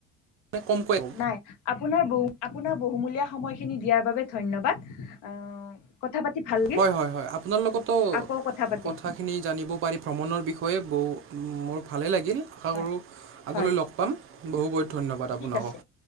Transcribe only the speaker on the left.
<inaudible> আপোনাৰ, আপোনাৰ বহুমূলিয়া সময়খিনি দিয়াৰ বাবে ধন্যবাদ অ, কথা পাতি ভাল লাগিল
আকৌ কথা পাতিম
হয়
হয়
ঠিক
আছে